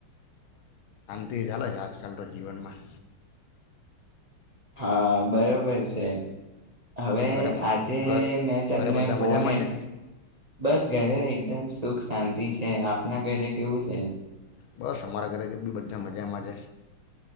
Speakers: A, on the left; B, on the right.
A: તે ચલે છે આજકાલ તો જીવનમાં
B: હા બરોબર સે હવે
A: ઘરે બ-
B: આજે
A: ઘર
B: મે તમને
A: ઘરે બધા
B: ફોન
A: મજામાં
B: એ
A: છે
B: બસ ઘરે એકદમ સુખ શાંતિ છે આપના ઘરે કેવુ છે
A: બસ અમારા ઘરે જ બી બધા મજામા છે